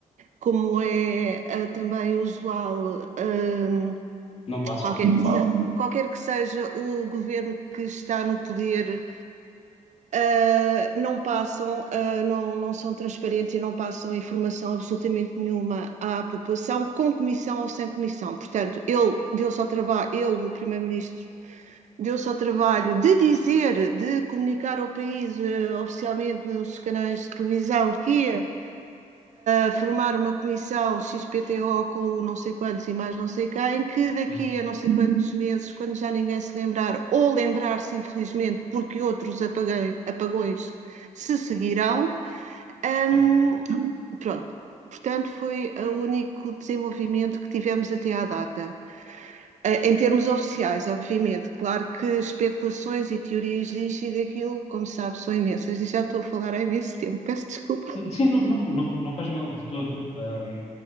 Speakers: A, on the right; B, on the left.
A: como é ah, também usual, hum,
B: Não passam
A: qualquer
B: a informação.
A: que seja, qualquer que seja o governo que está no poder, uh, não passam, uh, não, não são transparentes e não passam informação absolutamente nenhuma à população, com comissão ou sem comissão. Portanto, ele deu-se ao trabalho, ele, o Primeiro-Ministro, deu-se ao trabalho de dizer, de comunicar ao país uh, oficialmente nos canais de televisão que ia a formar uma comissão XPTO com o não sei quantos e mais não sei quem, que daqui
B: Uhum,
A: a não sei quantos meses, quando já ninguém se lembrar, ou lembrar-se infelizmente, porque outros apagões, apagões se seguirão,
B: certo.
A: hum, pronto. Portanto, foi o único desenvolvimento que tivemos até à data. Eh, Em termos oficiais, obviamente, claro que especulações e teorias disto e daquilo, como sabe, são imensas e já estou a falar há imenso tempo, peço desculpa.
B: Sim, não, não, não, não faz mal de todo. Ahm,